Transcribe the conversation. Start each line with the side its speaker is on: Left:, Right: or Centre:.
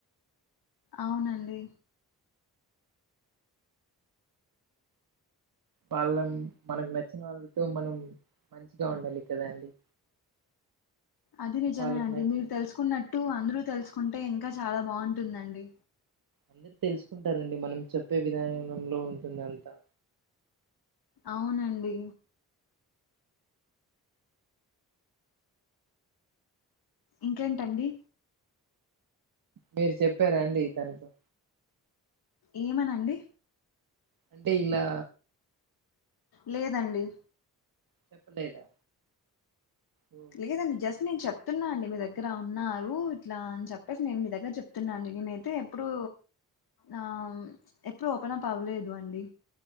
Left: అవునండి
Right: వాళ్ళ మనకు నచ్చిన వాళ్ళతో మనం మంచిగా ఉండాలి కదా అండి
Left: అది నిజమే
Right: వాళ్ళకి
Left: అండి
Right: నచ్చి
Left: మీరు తెలుసుకున్నట్టు అందరూ తెలుస్ కుంటే ఇంకా చాలా బాగుంటుందండి
Right: అందరు తెలుసుకుంటారండి మనం చెప్పే విధానంలో ఉంటుంది అంతా
Left: అవునండి ఇంకేంటండి
Right: మీరు చెప్పారా అండి తనతో
Left: ఏమనండి
Right: అంటే ఇలా
Left: లేదండి
Right: చెప్పలేదా ఓ
Left: లేదండి జస్ నేను చెప్తున్నా అండి మీ దగ్గర ఉన్నారు ఇట్లా అని చెప్పేసి నేను మీ దగ్గర చెప్తున్నాండి నేనైతే ఎప్పుడు ఆ ఎప్పుడు ఓపెన్ అప్ అవ్వలేదు అండి